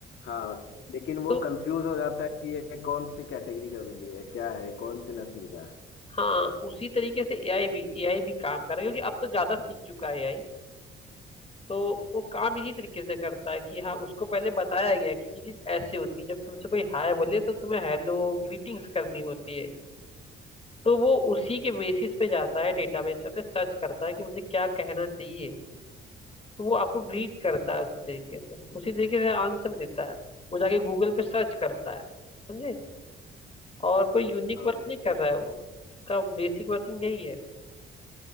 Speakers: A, on the left (about 70°); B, on the left (about 30°).
A: हाँ, लेकिन वो
B: तो
A: कंफ्यूज हो जाता है कि ये कौन सी कैटेगरी का बिल्ली है क्या है कौन सी नस्ल का है
B: हाँ उसी तरीके से एआई भी एआई भी काम कर रहा है क्योंकि अब तो ज्यादा सीख चुका है एआई तो वो काम इसी तरीके से करता है कि हाँ उसको पहले बताया गया कि ये चीज ऐसे होती है जब तुमसे कोई हाय बोले तो तुम्हें हेलो ग्रीटिंग्स करनी होती है तो वो उसी के बेसिस पे जाता है डेटाबेस पे सर्च करता है कि मुझे क्या कहना चाहिए तो वो आपको ग्रीट करता है उसी तरीके से उसी तरीके से आंसर देता है वो जाके गूगल पे सर्च करता है समझे और कोई यूनिक
A: हाँ
B: वर्क नहीं कर रहा है वो उसका बेसिक वर्किंग यही है